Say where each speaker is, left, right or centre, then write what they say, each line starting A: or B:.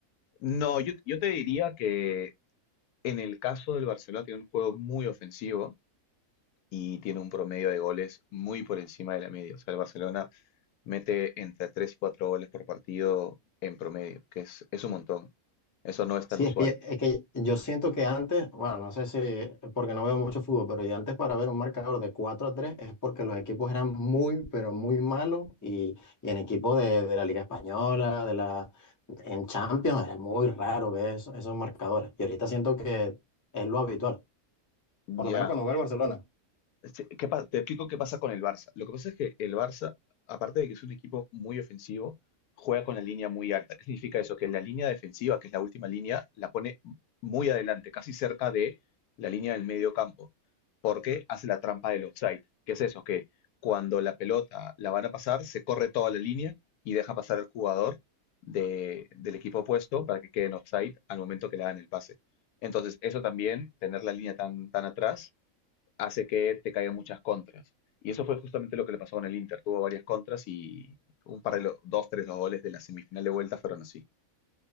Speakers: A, on the left (about 85°); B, on the left (about 20°).
A: No, yo, yo te diría que en el caso del Barcelona tiene un juego muy ofensivo y tiene un promedio de goles muy por encima de la media. O sea, el Barcelona mete entre 3 y 4 goles por partido en promedio, que es, es un montón. Eso no es tan
B: Sí,
A: usual.
B: es que, es que yo siento que antes, bueno, no sé si es porque no veo mucho fútbol, pero yo antes para ver un marcador de 4 a 3 es porque los equipos eran muy, pero muy malos y, y en equipos de, de la Liga Española, de la, en Champions, era muy raro ver eso- esos marcadores. Y ahorita siento que es lo habitual, por
A: Ya,
B: lo menos cuando juega el Barcelona.
A: Sí, ¿qué pa- Te explico qué pasa con el Barça. Lo que pasa es que el Barça, aparte de que es un equipo muy ofensivo, juega con la línea muy alta. ¿Qué significa eso? Que la línea defensiva, que es la última línea, la pone muy adelante, casi cerca de la línea del medio campo, porque hace la trampa del offside. ¿Qué es eso? Que cuando la pelota la van a pasar, se corre toda la línea y deja pasar al jugador de- del equipo opuesto para que quede en offside al momento que le dan el pase. Entonces, eso también, tener la línea tan, tan atrás, hace que te caigan muchas contras. Y eso fue justamente lo que le pasó con el Inter. Tuvo varias contras y un par de lo- dos, tres, los goles de la semifinal de vuelta fueron así.